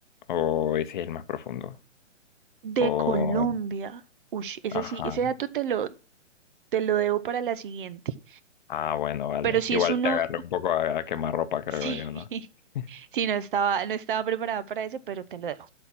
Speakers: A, on the left; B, on the right.
A: ¿O ese es el más profundo?
B: De
A: O...
B: Colombia. Uy, ese
A: Ajá.
B: sí, ese dato te lo, te lo debo para la siguiente.
A: Ah, bueno, vale.
B: Pero si
A: Igual
B: es uno,
A: te agarré un poco a, a quemarropa,
B: <laughs>
A: creo
B: sí,
A: yo, ¿no? <laughs>
B: Sí, no estaba, no estaba preparada para eso, pero te lo dejo.